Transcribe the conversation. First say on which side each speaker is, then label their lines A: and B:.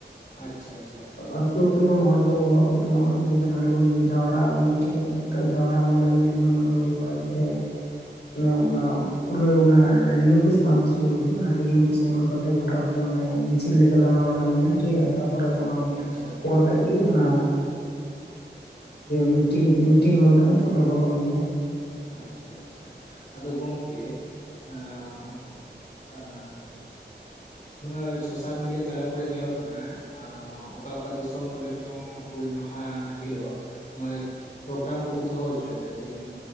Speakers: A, on the left; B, on the left.
A: ᱟᱪᱪᱷᱟ ᱟᱪᱪᱷᱟ
B: ᱟᱹᱛᱩ ᱟᱹᱛᱩ ᱨᱮᱱ ᱦᱚᱲ ᱠᱚ ᱦᱚᱦᱚᱣᱟᱜ ᱠᱚ ᱛᱟᱦᱮᱱᱟ ᱡᱮ ᱱᱚᱸᱰᱮ ᱵᱚᱱ ᱡᱟᱣᱨᱟᱜ ᱟᱵᱚᱱ ᱢᱤᱫᱴᱮᱱ᱾ ᱡᱟᱣᱨᱟ ᱚᱸᱰᱮ ᱦᱩᱭ ᱞᱮᱱᱟ ᱟᱫᱚ ᱦᱩᱭ ᱵᱟᱲᱟ ᱠᱟᱛᱮᱫ ᱚᱱᱮ ᱚᱱᱟ᱾ ᱯᱩᱨᱟᱹ ᱚᱱᱟ ᱰᱤ. ᱮᱢ ᱟᱹᱯᱤᱥ ᱥᱩᱨ ᱨᱮ ᱰᱤᱹ ᱮᱢ ᱚᱱᱟ <inaudible> ᱜᱚᱴᱟ ᱛᱮ ᱪᱤᱫ ᱞᱮᱠᱟ ᱫᱟᱬᱟ ᱵᱟᱲᱟ ᱦᱩᱭᱱᱟ ᱴᱷᱤᱠᱭᱟ ᱛᱟᱯᱚᱨᱮ ᱚᱱᱟ
A: ᱟᱪᱪᱷᱟ
B: ᱯᱚᱨ᱾ ᱠᱷᱟᱪ ᱜᱤ ᱚᱱᱟ ᱢᱤᱴᱤᱝ ᱢᱤᱴᱤᱝ ᱦᱚᱞ ᱨᱮᱱ ᱮᱱᱛᱮ ᱚᱸᱰᱮ ᱵᱚᱞᱚ ᱦᱩᱭᱱᱟ᱾
A: ᱟᱪᱪᱷᱟ ᱟᱪᱪᱷᱟ ᱟᱫᱚ ᱜᱚᱝᱠᱮ ᱟᱻᱟ ᱱᱚᱣᱟ ᱥᱳᱥᱟᱞ ᱢᱤᱰᱤᱭᱟ ᱛᱟᱞᱟ ᱠᱚᱨᱮ ᱧᱮᱸᱞᱚᱜ ᱠᱟᱱᱟ᱾ ᱟᱸᱻ ᱚᱠᱟ ᱚᱠᱟ ᱫᱤᱥᱚᱢ ᱠᱚᱨᱮ ᱪᱚᱝ ᱦᱩᱞ ᱢᱟᱦᱟ ᱦᱤᱞᱳᱜ᱾ ᱱᱚᱜᱼᱚᱭ ᱯᱨᱳᱜᱨᱟᱢ ᱠᱚᱠᱚ ᱫᱚᱦᱚ ᱦᱚᱪᱚᱭᱮᱫᱟ ᱡᱮᱢᱚᱱ᱾